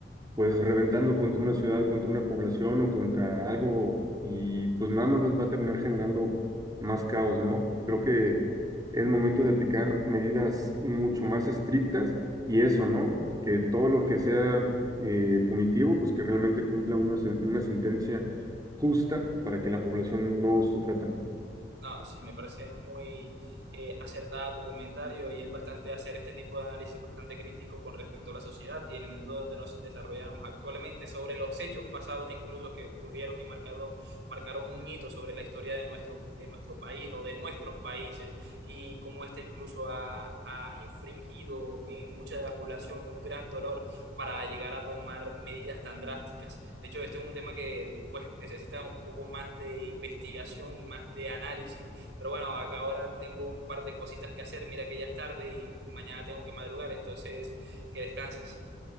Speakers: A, on the right; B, on the right.
A: pues reventando contra una ciudad, contra una población o contra algo y pues nada más va va a terminar generando más caos, ¿no? Creo que es momento de aplicar medidas mucho más estrictas y eso, ¿no? Que todo lo que sea eh, punitivo, pues que realmente cumpla una, sen- una sentencia justa para que la población no sufra tanto.
B: No, sí, me parece muy eh, acertada tu comentario y es bastante hacer este tipo de análisis bastante crítico con respecto a la sociedad y en el mundo donde nos desarrollamos actualmente, sobre los hechos pasados incluso que ocurrieron y marcaron, marcaron un hito sobre la historia de nuestro, de nuestro país o de nuestros países y cómo este incluso ha, ha infringido en mucha de la población un gran dolor para llegar a tomar medidas tan drásticas. De hecho, este es un tema que pues necesita un poco más de investigación y más de análisis. Pero bueno, acá ahora tengo un par de cositas que hacer. Mira que ya es tarde y mañana tengo que madrugar, entonces que descanses.